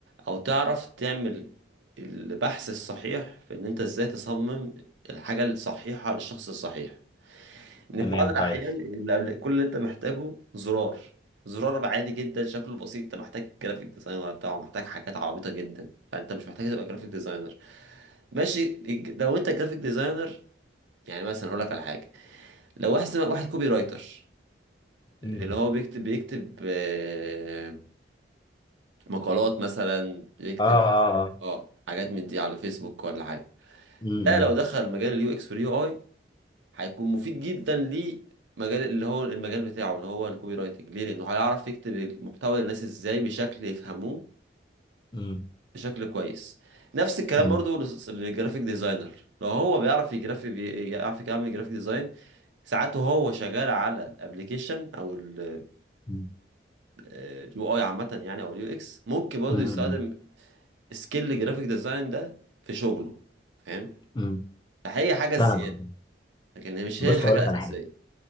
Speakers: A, on the right (about 85°); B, on the left (about 25°).
A: او تعرف تعمل البحث الصحيح في ان انت ازاي تصمم الحاجة الصحيحة للشخص الصحيح ان
B: تمام
A: في بعض الاحيان
B: كويس
A: اللي قبل كل اللي انت محتاجه زرار زرار عادي جدا شكله بسيط انت محتاج جرافيك ديزاينر بتاعه محتاج حاجات عبيطة جدا فانت مش محتاج تبقى جرافيك ديزاينر ماشي لو انت جرافيك ديزاينر يعني مثلا اقول لك على حاجة لو واحد واحد كوبي رايتر
B: مم.
A: اللي هو بيكتب بيكتب آه، مقالات مثلا بيكتب
B: اه اه اه
A: اه حاجات من دي على فيسبوك ولا حاجه
B: مم.
A: ده لو دخل مجال اليو اكس واليو اي هيكون مفيد جدا لمجال اللي هو المجال بتاعه اللي هو الكوبي رايتنج ليه لانه هيعرف يكتب المحتوى للناس ازاي بشكل يفهموه
B: مم.
A: بشكل كويس نفس الكلام
B: مم.
A: برضو للس- للجرافيك ديزاينر لو هو بيعرف يجرافي بيعرف يعمل جرافيك ديزاين ساعات وهو شغال على الابليكيشن او ال-
B: مم.
A: اليو اي عامة يعني او اليو اكس ممكن برضه
B: مم.
A: يستخدم
B: مم.
A: سكيل جرافيك ديزاين ده في شغله فاهم
B: مم.
A: فهي حاجة
B: فاهم
A: زيادة لكن هي مش
B: بص
A: هي الحاجة
B: اقول
A: الأساسية
B: لك على حاجه